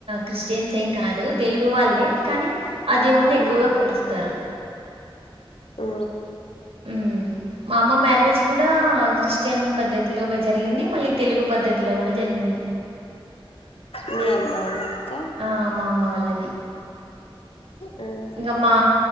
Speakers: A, on the right; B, on the left.
A: క్రిస్టియన్స్ ఏం కాదు తెలుగు వాళ్ళే కానీ అ దేవుని
B: మ్మ్
A: ఎక్కువగా కొలుస్తారు
B: ఆ
A: ఉ మా అమ్మ మ్యారేజ్ కూడా క్రిస్టియన్ పద్ధతిలో జరిగింది మళ్ళీ తెలుగు పద్ధతిలో కూడా జరిగింది
B: మీ అమ్మ వాళ్ళ దక్క
A: ఆ మ అమ్మ వాళ్ళది
B: ఆ
A: ఇంకా మా